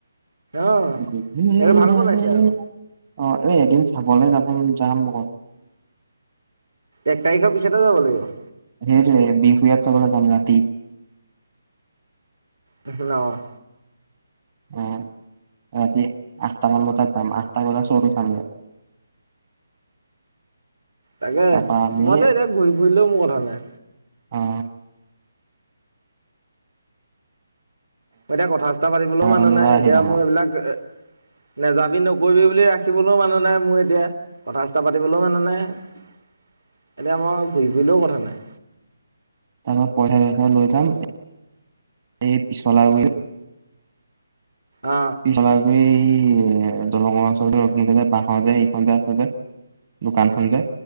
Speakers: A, on the right; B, on the right.
A: অ
B: গুঠি
A: সেইটো ভাল
B: ললে
A: বনাইছে আকৌ
B: অ এই এদিন চাবলৈ যাব যাম আকৌ
A: এক তাৰিখৰ পিছতে যাব লাগিব
B: সেইটোৱে বিহু ইয়াত চাবলৈ যাম ৰাতি
A: নহ
B: অ ৰাতি আঠটামান বজাত যাম আঠটা বজাত চউটো চামগে <unintelligible>
A: তাকে
B: তাৰপা আমি
A: মইতো এতিয়া ঘূৰি ফুৰিলেও মোৰ কথা নাই
B: অ
A: এতিয়া কথা চথা পাতিবলৈও
B: এঘাৰটামান
A: মানুহ
B: বজাত
A: নাই
B: আহি
A: এতিয়া
B: যাম
A: মোৰ
B: আৰু
A: এইবিলাক
B: <inaudible>
A: নেযাবি নকৰিবি বুলি ৰাখিবলৈও মানুহ নাই মোৰ এতিয়া কথা চথা পাতিবলৈও মানু্হ নাই <unintelligible> এতিয়া মই ঘূৰি ফুৰিলেও কথা নাই
B: তাৰপা পইচা চইচা লৈ যাম এই পিছলা বু <unintelligible>
A: অ
B: পিছলা গুই এই এ দলঙৰ ওচৰ নতুনকে যে বাহৰ যে এইখন যে আছে যে দোকান খন যে